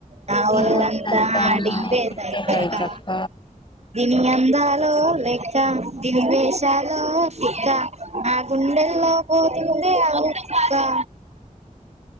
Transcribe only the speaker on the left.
నీవల్లంతా
మాయే
కైతక్క